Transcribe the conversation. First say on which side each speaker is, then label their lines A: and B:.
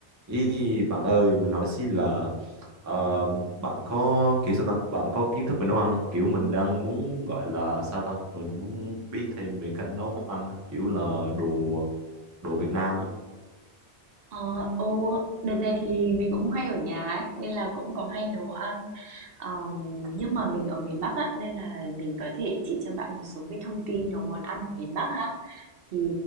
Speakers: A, on the right; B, on the right.
A: Ý, bạn ơi, mình hỏi xí là ờ, bạn có kiểu sao ta? Bạn có kiến thức về nấu ăn không? Kiểu mình đang muốn gọi là sao ta? Mình muốn biết thêm về cách nấu món ăn, á, kiểu là đồ đồ Việt Nam á.
B: Ờ, ô, đợt này thì mình cũng hay ở nhà ấy, nên là cũng có hay nấu ăn. Ờm, nhưng mà mình ở miền Bắc á, nên là mình có thể chỉ cho bạn một số cái thông tin nấu món ăn ở miền Bắc ha. Thì